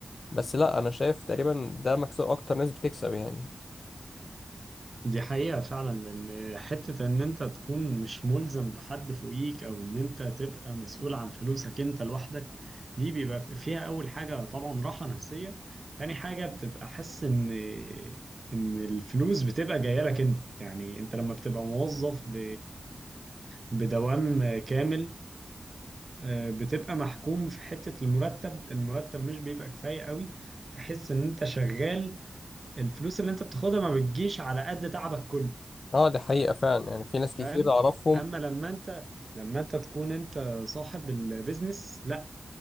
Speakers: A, on the left; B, on the right.
A: بس لا انا شايف تقريبا ده مكسب اكتر ناس بتكسب يعني
B: دي حقيقة فعلا ان حتة ان انت تكون مش ملزم بحد فوقيك او ان انت تبقى مسؤول عن فلوسك انت لوحدك دي بيبقى في- فيها اول حاجة طبعا راحة نفسية تاني حاجة بتبقى حاسس ان ان الفلوس بتبقى جاية لك انت يعني انت لما بتبقى موظف ب... بدوام كامل آه، بتبقى محكوم في حتة المرتب المرتب مش بيبقى كفاية قوي تحس ان انت شغال الفلوس اللي انت بتاخدها ما بتجيش على قد تعبك كله
A: اه دي حقيقه فعلا يعني في ناس كتير
B: فاهم
A: اعرفهم
B: اما لما انت لما انت تكون انت صاحب البيزنس لا